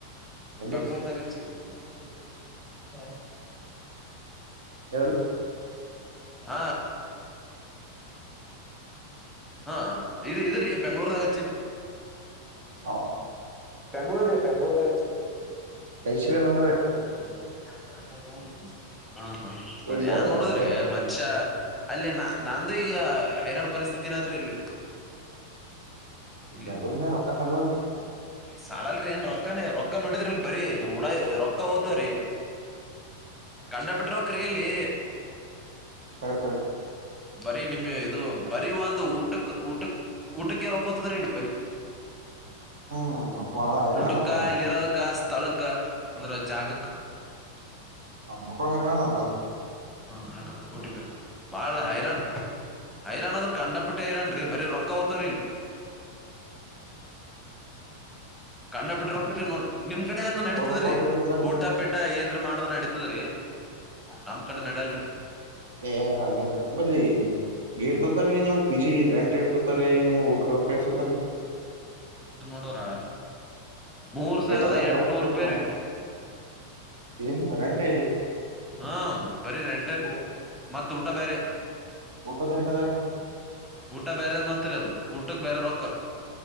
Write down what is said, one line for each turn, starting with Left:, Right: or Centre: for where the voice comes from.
Right: ಎಲ್ಲಿ
Centre: ಬಂಗ್ಳೂರುದಾಗ ಮತ್ತೆ
Right: ಹ
Centre: ಹ ಹಾ ಇ ಇದ್ರೀ ಬೆಂಗ್ಳೂರ್ದಾಗಚ್ಚನ್
Right: ಹಾ
Centre: ಬೆಂಗ್ಲೋರ್ ರೀ ಬ ಬೆಂಗ್ಲೋರ್ದಗ
Right: ಕೈ ಸಿಗಲ್ಲ ಅಂದ್ರೆ
Centre: ಫೋನ್ ನಂಬ ಹಾ ಹಾ ಅದ್
Right: ಇಲ್ಲ
Centre: ಯಏನ್ ಮಾಡದ್ರಿ
Right: ಬೆಂಗ್ಳೂರ್
Centre: ಮನುಷ್ಯ ಅಲ್ಲೇ ನ ನಂದುು ಈಗ ಹೈರಾಣ್ ಪರಿಸ್ಥಿತಿ ಏನಾದ್ರೂ ಇಲ್ಲಿ ಇಲ್ಲಿ
Right: ಬೆಂಗ ನ ರಕ್ತ ಸಲ್ಲ
Centre: ಸಾಲಲ್ರಿ ಏನ್ ರೊಕ್ಕನೇ ರೊಕ್ಕ ನೋಡಿದ್ರಿಲ್ ಬರಿೀ ರೊಕ್ಕ ಹೋಗ್ತ್ರಿ ಕಂಡ ಬಿಟ್ರೊಕ್ಕ್ರೀ ಇಲ್ಲಿ
Right: ರ ರ
Centre: ಬರೀ ನಿಮ್ ಇದು ಬರೀ ಒಂದು ಊಟಕ್ಕೆ ಊಟ ಊಟಕ್ಕೆರೋ ಪೊತ್ತ ತರ ಹೇಳಪರಿ
Right: ಹ್ಮ್ ಅಪ್ಪ ಹೈರಾಣದಪ್ಪ
Centre: ಊಟಕ್ಕ
Right: ನಿಮ್ದು
Centre: ಇಲ್ಲಿರದಕ್ಕ ಸ್ಥಳಕ್ಕ ಅಂದ್ರ ಜಾಗಕ್ಕ
Right: ಬುಕ್ಕೊಂಡು ಹೈರಾಣದ ಅಂದ್ರ
Centre: ಹಾ ಹಾಕಕ ಟಿಪಿ ಹಕ ಬಾಳ ಹೈರಾಣನ್ ಹೈರಾಣ ಅಂದ್ರರು ಕಂಡಪಟ್ಟ ಹೈರಾನ್ ರೀ ಬರ ರೊಕ್ಕ ಹೊತ ಅರಿಲ್ಲ
Right: ಹ
Centre: ಕಂಡ ಬಿಟ್ರಕ ನೋ್ರಿ ನಿಮ್ ಕಡೆ ಏನು
Right: ಬುಕ್ಕೊಂಡು
Centre: ನಡತದ್ರರಿ
Right: ರೊಕ್ಕ ಹೋದ್ರಿ ಅಂದ್ರ ನಿಮ್ಮ
Centre: ಊಟ ಪೀಟ ಏನ್ ಮಾಡುದ್ರ ನಡತದ್ರೀ ನಮ್ ಕಡೆ ನಡಲ್ರಿ
Right: ಎ ಹಂಗ ಬಲಿ ಏಡ್ತತಾರೀ ನಿಮ್ಗ್ ಬಿಜಿ ರೆಂಟ್ ಡ್ತತೀ ನಿಮ ಊಟ ಕೇಳ್ತೊತಾರೀ
Centre: ನಡರ ಮೂರು ಸಾವಿರದ
Right: ಎಟದ ಹೇಳ್ರಿ
Centre: ಎಂಟನೂರು ರೂಪಾಯಿ
Right: ನಮ್
Centre: ರೀ
Right: ಏನ್ ರೆಂಟೇ
Centre: ಹಾ ಬರಿ ಎಂಟೀ
Right: ಊಟ
Centre: ಮತ್ತ ಊಟ ಬೇರೆ
Right: ಊಟ ತಟದನೆ
Centre: ಊಟ ಬೇರೆದು್ ಮಾತ್ರ ಅದು ಊಟಕ್ ಬೇರೆ ರೊಕ್ಕ